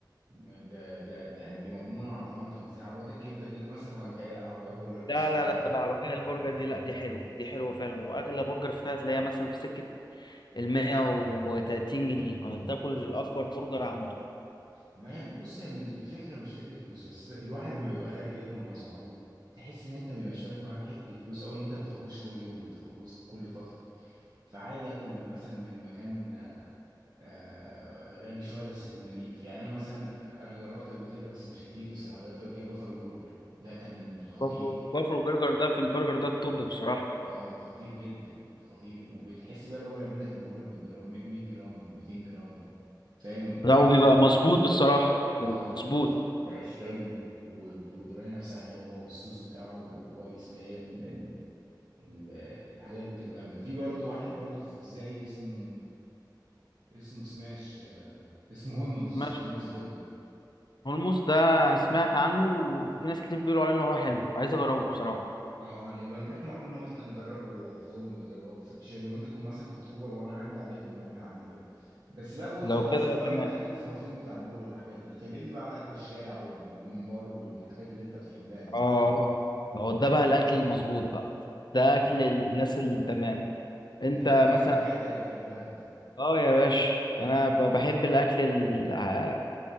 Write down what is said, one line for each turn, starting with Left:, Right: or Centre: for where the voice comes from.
Right: ما ده ده يعني دي مضمونه على ضمانتك زي عربيات الكبده كده مثلا ولا هي لا عربيات برجر بس
Left: لا
Right: حلوه
Left: لا لا العربية البرجر دي لأ دي حلوة دي حلوة فعلا وأغلى برجر فيها هتلاقيها مثلا في سكة المية وتلاتين جنيه وهتاكل أكبر برجر عنده
Right: ما هي بص هي مش- الفكره مش فكره فلوس بس الواحد لما بيبقى خارج ياكل مع صحابه تحس ان انت بيبقى شارك معاهم حته الفلوس او ان انت ما بتخرجش كل يوم انت بتخرج وسط- كل فتره فعادي اكل مثلا من مكان آه، غالي شويه بس يكون نضيف يعني انا مثلا انا جربت قبل كده بس مش كتير الصراحه جربت قبل كده بافلو برجر ده كان خطير
Left: بافلو بافلو برجر ده في البرجر ده التوب بصراحة
Right: اه خطير جدا خطير وبتحس بقى ان هو بيعمل لك البرجر بالجرام 100 جرام 200 جرام فاهم وفي
Left: لا
Right: الاخر
Left: وبيبقى مظبوط بالصراحة بيبقى
Right: اه
Left: مظبوط
Right: العيش حلو والبرجرية نفسها حلوة والصوص بتاعه كويس اللي هي ال ال ال الحاجات دي بتبقى جامدة في برضه واحد برضه في زايد اسمه اسمه سماش آه، اسمه هولمز
Left: ماشي
Right: هولمز برجر
Left: هولموس ده سمعت عنه وفي ناس كتير بيقولوا عليه إن هو حلو عايز أجربه بصراحة
Right: اه نبقى نروح مرة انا وانت نجربه في هولمز ده اللي هو في في شيء لما انت تكون مثلا في اكتوبر وانا اعدي عليك ونروح نعدي بقى بس بقى بقول
Left: لو
Right: لك
Left: كده
Right: يسيبنا بقى
Left: تمام
Right: من اكل الفرافير بتاع البرجر والحاجات دي كلمني بقى على اكل الشارع والبومبار والحاجات اللي انت بتحبها دي
Left: اه هو ده بقى الاكل المظبوط بقى ده اكل الناس التمام انت
Right: جيت لك
Left: مثلا
Right: انا في الحتة اللي بتحبها انت
Left: اه يا باش انا ب- بحب الاكل ال- ع-